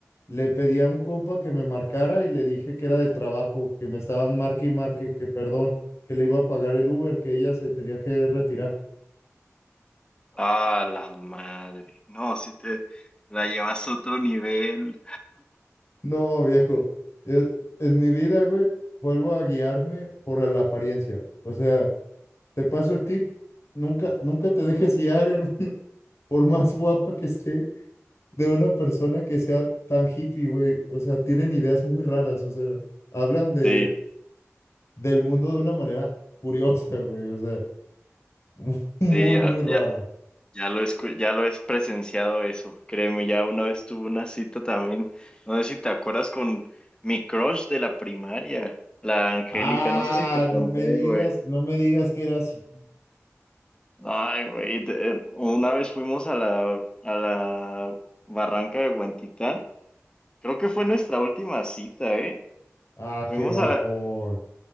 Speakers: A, on the left (about 60°); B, on the left (about 15°).
A: le pedí a un compa que me marcara y le dije que era del trabajo, que me estaban marque y marque, que perdón, que le iba a pagar el Uber, que ella se tenía que retirar.
B: Ah, la madre. No, si te la llevas a otro nivel.
A: No, viejo, e- en mi vida, güey, vuelvo a guiarme por la apariencia. O sea. Te paso el tip. Nunca, nunca te dejes guiar, hermano, <laughs> por más guapa que esté, de una persona que sea tan hippie, güey. O sea, tienen ideas muy raras, o sea, hablan de,
B: Sí,
A: del mundo de una manera curiosa, güey. O sea, mu- <laughs> muy,
B: sí, ya,
A: muy rara.
B: ya, ya lo escu- ya lo he presenciado eso. Créeme, ya una vez tuve una cita también. No sé si te acuerdas con mi crush de la primaria, la Angélica.
A: Ah,
B: No sé si te conté,
A: no me digas,
B: güey.
A: no me digas que era así.
B: Ay, güey, te- eh, una vez fuimos a la, a la barranca de Huentitán. Creo que fue nuestra última cita, ¿eh?
A: Ah,
B: Fuimos
A: qué bajón.
B: a la,